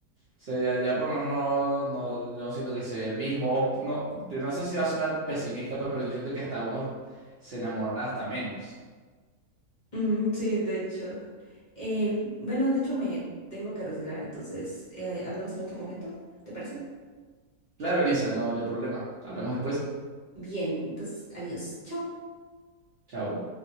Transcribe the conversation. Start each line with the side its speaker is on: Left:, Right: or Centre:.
Right: O sea, ya, ya por lo menos no, no, yo siento que soy el mismo. O no, de- no sé si va a sonar pesimista, pero yo siento que hasta uno se enamora hasta menos.
Left: Mm, sí, de hecho. Eh, bueno, de hecho me tengo que retirar, entonces eh, hablamos en otro momento, ¿te parece?
Right: Claro, Elisa, no, no hay problema. Hablamos después.
Left: Bien, entonces adiós, chao.
Right: Chao.